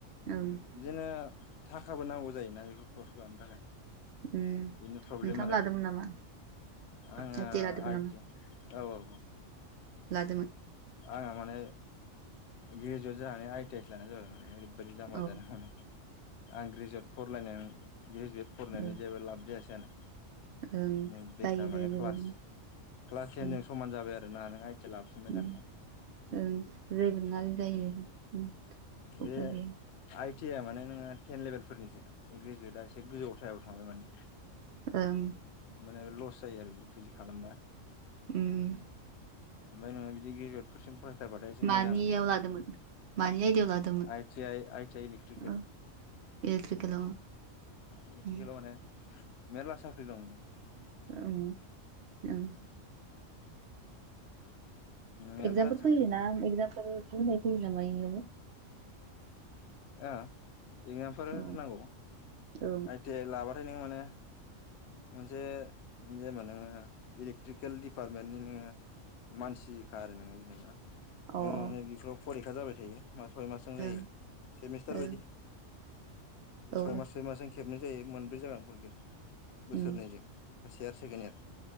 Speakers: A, on the right; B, on the left.
A: ओं
B: बिदिनो थाखाबो नांगौ जायोना बेखौ खरस लानो थाखाय
A: उम
B: बिदिनो प्रब्लेम
A: नोंथाङाबो
B: आरो
A: लादोंमोन नामा
B: आङो
A: आइ टि लादोंमोन
B: आइ टि औ औ औ
A: लादोमोन
B: आंहा माने ग्रेजुवेट जानानै आइटि आइ सो लानाय जाबाय माने ओरैबादि जामबा
A: औ
B: जादों माने आं ग्रेजुवेट फरायलायनानै ग्रेजुवेट फरायनायनि
A: ओ
B: जेबो लाब जायासै
A: ओं जायो
B: बेखार
A: दे
B: माने
A: जेबो
B: क्लास
A: नङा
B: क्लास टेनजों
A: ओं
B: समान जाबाय आरो आरो ना नों आइटि लाबोफिनबाय
A: उम
B: नालाय
A: ओं जेबो नोङालै जायो इदिनो
B: बे
A: उफाय गैया
B: आइ टि आ माने नोङो टेन लेभेलफोरनिसो ग्रेजुवेटआ एसे गोजौथायाव थांबाय माने
A: ओं
B: माने लस जायो आरो बिखौ जि खालामबा
A: उम
B: ओमफाय नोङो बिदि ग्रेजुवेटफोरसिम फरायथारबाथाय एसे
A: मानियाव
B: मोजां
A: लादोंमोन? मानि आयदायाव लादोंमोन
B: आइ आइ आइटिइ इलक्ट्रिकेल
A: ओ इलेक्ट्रिकेलाव
B: इलेक्ट्रिकेल
A: उम
B: माने मेरला साख्रि दं
A: उम ओं
B: मेरला
A: एगजामफोर
B: साख्रि
A: फैयोना इगजामफोर होनाय फैयो नामा इयावबो
B: आ एगजामफोर
A: औ
B: होनांगौ
A: औ
B: आइटि आइ लाबाथाय नोङो माने मोनसे जेनेबा नोङो इलेक्ट्रिकेल डिपार्टमेन्टनि नोङो मानसिखा आरो नोङो जेनेबा
A: औ
B: नोङो माने बेफोराव फरिखा जाबाय थायो मास सय मासजों जायो
A: अ
B: सेमिस्टार
A: अ
B: बायदि
A: ओं
B: सय
A: औ
B: मास सय मासजों खेबनाय जायो मोनब्रै जागोनफोर गया बोसोरनैजों
A: उम
B: फार्स्ट इयार सेकेणड इयार